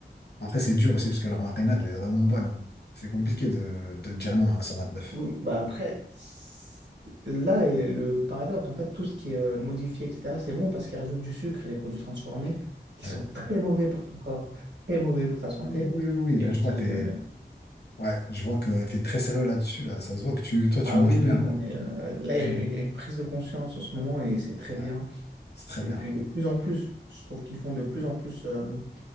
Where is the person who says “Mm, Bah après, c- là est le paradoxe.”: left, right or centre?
Right